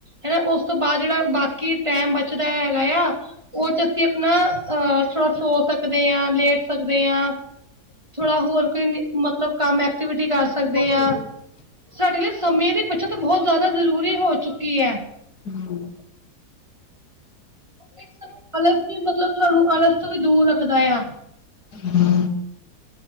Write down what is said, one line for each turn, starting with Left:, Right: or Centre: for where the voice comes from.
Right: ਹਨਾ। ਓਸ ਤੋਂ ਬਾਦ ਜੇੜਾ ਬਾਕੀ ਟੈਮ ਬਚ ਬਚਦਾ ਹੈਗਾ ਯਾ ਓਚ ਅਸੀਂ ਆਪਨਾ- ਅਹ ਥੋੜ੍ਹਾ ਸੋ ਸਕਦੇ ਯਾ, ਥੋੜਾ ਲੇਟ ਸਕਦੇ ਯਾ। ਥੋੜਾ ਹੋਰ ਕੋਈ, ਮਤਲਬ ਕੰਮ ਐਕਟੀਵਿਟੀ ਕਰ ਸ ਕਦੇ
Left: ਹਾਂਜੀ
Right: ਆ ਸਾਡੇ ਲਈ ਸਮੇਂ ਦੀ ਬੱਚਤ ਬਹੁਤ ਜਾਦਾ ਜ਼ਰੂਰੀ ਹੋ ਚੁੱਕੀ ਐ।
Left: ਹੈਲੋ
Right: ਇਹ ਸਾਨੂੰ ਅਲਸ ਤੋਂ ਮਤਲਬ ਸਾਨੂੰ ਆਲਸ ਤੋਂ ਵੀ ਦੂਰ ਰੱਖਦਾ ਆ।
Left: ਨਾ